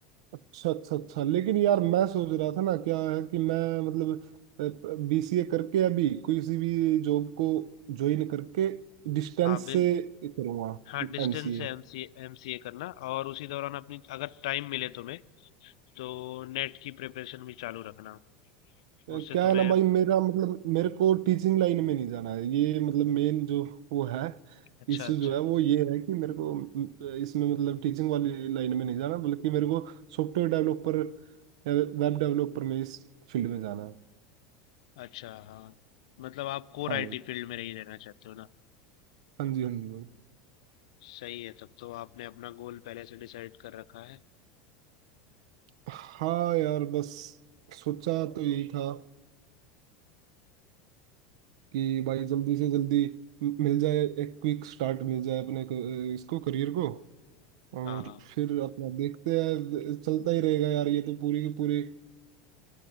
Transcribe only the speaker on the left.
हाँ बिल
हाँ डिस्टेंस
से एमसीए एमसीए करना और उसी दौरान अपनी अगर टाइम मिले तुम्हें तो नेट की प्रिपरेशन भी चालू रखना
उससे तुम्हें
अच्छा
अच्छा
अच्छा हाँ मतलब आप कोर
आईटी
फील्ड में ही रहना चाहते हो ना
सही है तब तो आपने अपना गोल पहले से डिसाइड कर रखा है
हाँ हाँ